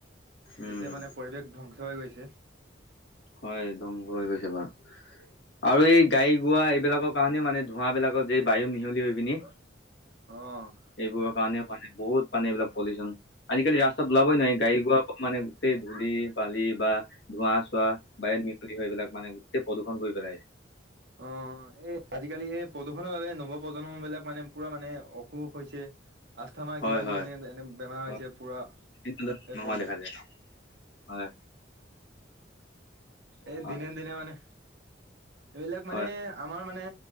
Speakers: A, on the left; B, on the right.
A: উম
B: গোটেই মানে পৰিৱেশ ধ্বংস হৈ গৈছে।
A: হয় ধ্বংস হৈ গৈছে বাৰু আৰু এই গাড়ী গোৱা এইবিলাকক কাৰণে মানে ধোঁৱা বিলাকত এই বায়ু মিহলি হৈ পিনি।
B: অ',
A: এইবোৰৰ কাৰণেও মানে বহুত মানে এইবিলাক মানে পলুচন আজিকালি ৰাস্তাত ওলাবই নোৱাৰি গাড়ী গোৱা মানে গোটেই ধূলি বালি বা ধোৱা চোৱা বায়ুত মিহলি হৈ পেলাই মানে গোটেই প্ৰদূষণ কৰি পেলাইগে।
B: অ', অ, এই আজিকালি এই প্ৰদূষণৰ বাবে নৱ প্ৰজন্ম বিলাক মানে পুৰা মানে অসুখ হৈছে। আস্থামা
A: হয়
B: কিবা কিবি
A: হয়
B: এনে এনে বেমাৰ
A: হয়
B: হৈছে পূৰা
A: বিভিন্ন ধৰণৰ
B: এই পলু
A: হোৱা দেখা যায় হয়।
B: এই
A: হয়
B: দিনে - দিনে মানে এইবিলাক মানে
A: হয়
B: আমাৰ মানে